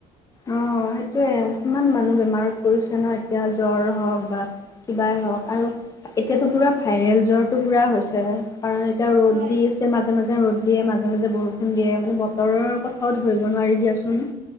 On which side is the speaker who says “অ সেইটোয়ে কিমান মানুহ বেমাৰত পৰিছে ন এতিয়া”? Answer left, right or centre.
Left